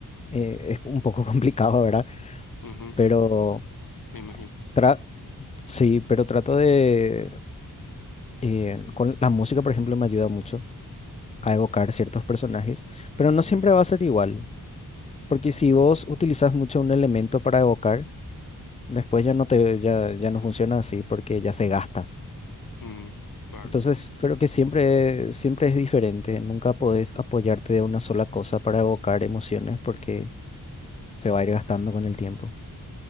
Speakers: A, on the left; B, on the left.
A: Eh, es un poco <laughs> complicado, ¿verdad?
B: Ujú,
A: pero
B: me imagino.
A: Tra- sí, pero trato de... eh, con la música, por ejemplo, me ayuda mucho a evocar ciertos personajes, pero no siempre va a ser igual, porque si vos utilizas mucho un elemento para evocar, después ya no te, ya, ya no funciona así porque ya se gasta.
B: Mm, claro,
A: Entonces, creo que siempre, siempre es diferente, nunca podés apoyarte de una sola cosa para evocar emociones porque se va a ir gastando con el tiempo,